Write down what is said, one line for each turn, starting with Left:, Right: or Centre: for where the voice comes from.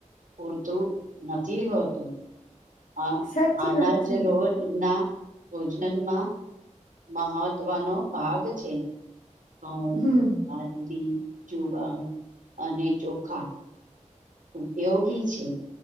Right: પૂરતું નથી હોતું હા
Left: સાચી
Right: આનાજ
Left: વાત છે.
Right: રોજ ના ભોજનમાં મહત્ત્વનો ભાગ છે તો
Left: હમ
Right: આજરી જુવાર અને ચોખા ઉપયોગી છે